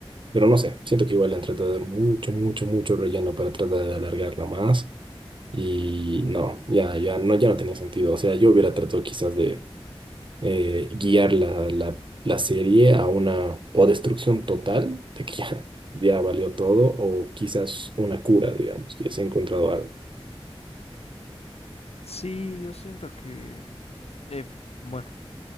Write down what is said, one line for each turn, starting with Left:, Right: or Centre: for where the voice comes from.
Right: Pero no sé, siento que igual le han tratado de dar mucho, mucho, mucho relleno para tratar de alargarla más. Y no, ya, ya no, ya no tenía sentido. O sea, yo hubiera tratado quizás de eh, guiar la, la, la serie a una o destrucción total de que ya, <laughs> ya valió todo, o quizás una cura, digamos, que se ha encontrado algo.
Left: Sí, yo siento que... eh, bueno